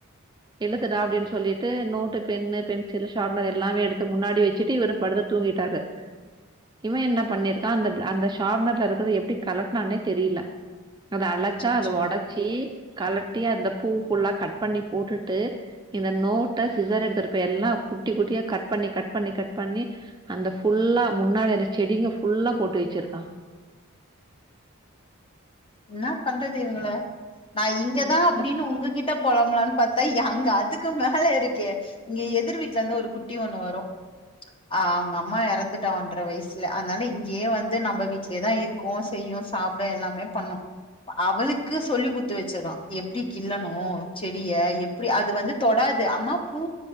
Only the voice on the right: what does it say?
எழுதுடா அப்டின்னு சொல்லிட்டு நோட்டு பென்னு பென்சில் ஷாப்னர் எல்லாமே எடுத்து முன்னாடி வச்சுட்டு இவரு படுத்து தூங்கிட்டாரு இவன் என்ன பண்ணிருக்கா அந்த அந்த ஷாப்னர்ல இருக்கறத எப்படி கலட்னானே தெரில அது அழகா
அத ஒடச்சி கலட்டி அந்த பூ ஃபுல்லா கட் பண்ணி போட்டுட்டு இந்த நோட்ட சிசர் எடுத்துட்டுப்ப எல்லா குட்டி குட்டியா கட் பண்ணி கட் பண்ணி கட் பண்ணி அந்த ஃபுல்லா முன்னாடி அந்த செடிங்க ஃபுல்லா போட்டு வச்சிருக்கான்
இந்த